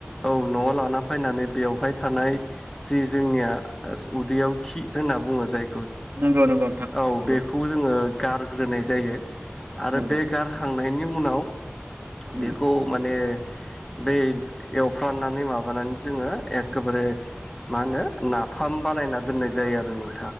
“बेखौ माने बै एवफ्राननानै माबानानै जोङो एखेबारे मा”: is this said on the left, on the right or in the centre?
Left